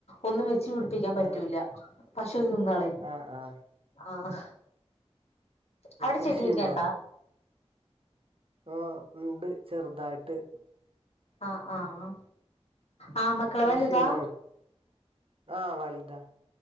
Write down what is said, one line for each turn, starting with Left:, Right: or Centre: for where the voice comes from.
Left: ഒന്നും വെച്ച് പിടിപ്പിക്കാൻ പറ്റൂല്ല
Right: ആഹ്
Left: പശു തിന്നകളെയും
Right: ആഹ് ആഹ്
Left: ആഹ് അവിടെ
Right: കൃഷിയുണ്ടോ
Left: ചെടിയൊക്കെണ്ടാ
Right: ആഹ് ഇണ്ട് ചെറുതായിട്ട്
Left: ആഹ് ആഹ് ആ മക്കള്
Right: കൃഷിണ്ട
Left: വലുതാ
Right: ആഹ് വല്താ